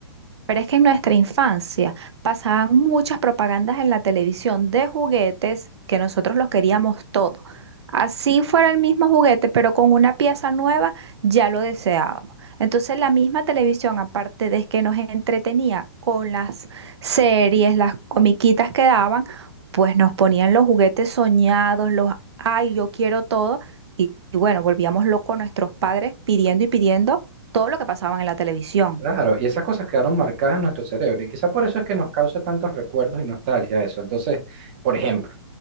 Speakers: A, on the right; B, on the right.
A: Pero es que en nuestra infancia pasaban muchas propagandas en la televisión de juguetes que nosotros los queríamos todo. Así fuera el mismo juguete, pero con una pieza nueva ya lo deseábamos. Entonces la misma televisión, aparte de que nos entretenía con las series, las comiquitas que daban, pues nos ponían los juguetes soñados, los, ay, yo quiero todo. Y, y bueno, volvíamos locos nuestros padres pidiendo y pidiendo todo lo que pasaban en la televisión.
B: Claro, y esas cosas quedaron marcadas en nuestro cerebro y quizá por eso es que nos causa tantos recuerdos y nostalgia eso. Entonces, por ejemplo.